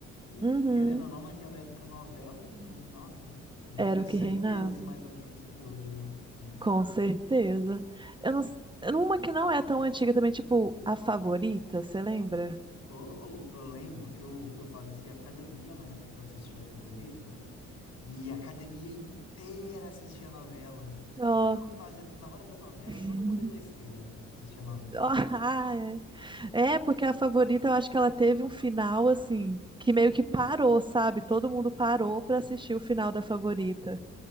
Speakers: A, on the left; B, on the right.
A: E,
B: uhum.
A: querendo ou não, naquela época, novela, no- nossa, devia ter
B: Era o
A: 100
B: que reinava.
A: vezes mais audiência que hoje, né? Então.
B: Com certeza. Eu não, s- uma que não é tão antiga também, tipo A Favorita, você lembra?
A: Ou, ou- eu lembro que eu, eu fazia academia na época que eu assistia a Favorita. E a academia inteira assistia a novela.
B: Ó.
A: Todo mundo fazendo, na hora da novela,
B: <laughs>
A: todo mundo ia pra esteira assistir a novela.
B: Ah, é. É, porque a favorita, eu acho que ela teve um final assim, que meio que parou, sabe? Todo mundo parou pra assistir o final da favorita.